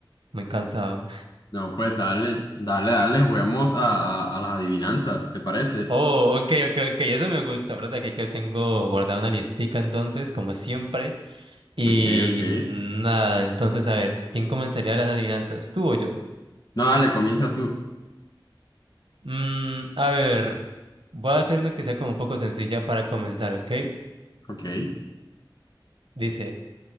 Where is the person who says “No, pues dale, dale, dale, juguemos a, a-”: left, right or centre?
Left